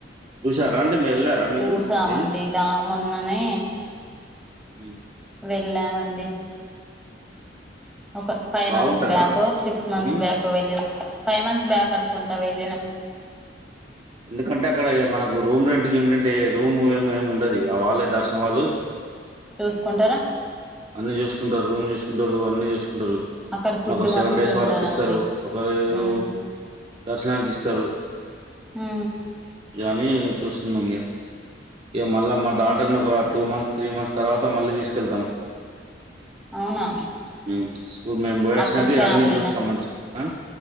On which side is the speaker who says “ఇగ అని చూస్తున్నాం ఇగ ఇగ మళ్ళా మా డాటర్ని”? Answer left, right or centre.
Right